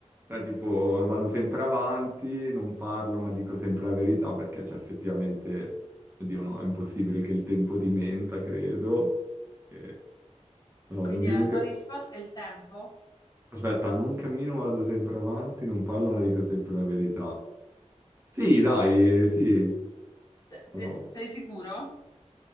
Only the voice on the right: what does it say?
Cioè, tipo, vado sempre avanti, non parlo, ma dico sempre la verità, perché c'è effettivamente... Oddio, no, è impossibile che il tempo ti menta, credo. E- No,
non dirmi
che...
Aspetta, non cammino, vado sempre avanti, non parlo, ma dico sempre la verità. Sì, dai, eh, sì,
o no?